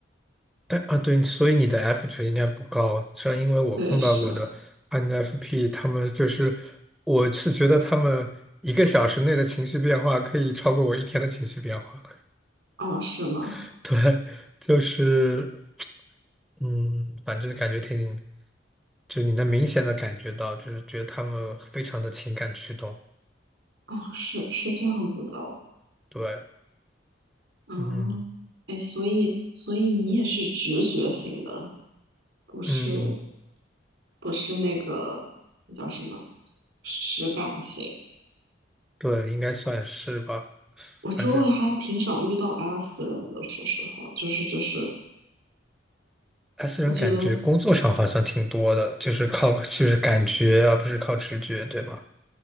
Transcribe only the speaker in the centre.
但啊，对，所以你的 F 值应该不高。虽然因为我碰到过的
INFP，他们就是，我是觉得他们一个小时内的情绪变化可以超过我一天的情绪变化。
<laughs> 对，就是，嗯，反正感觉挺，就你能明显的感觉到，就是觉得他们非常的情感驱动。
对，
嗯
嗯，
对，应该算是吧。
反正
他私人感觉工作上好像挺多的，
就是靠就是感觉啊，而不是靠直觉，对吗？